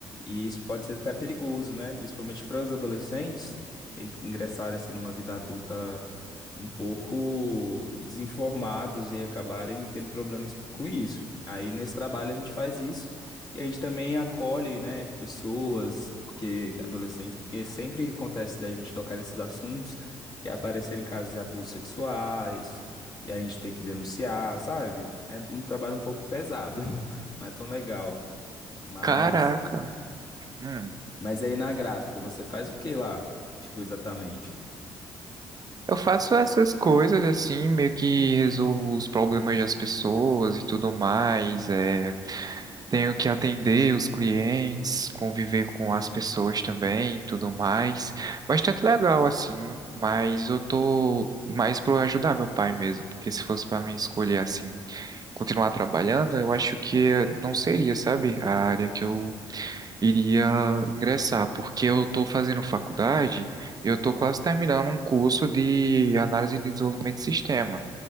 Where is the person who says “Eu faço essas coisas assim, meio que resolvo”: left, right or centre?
Right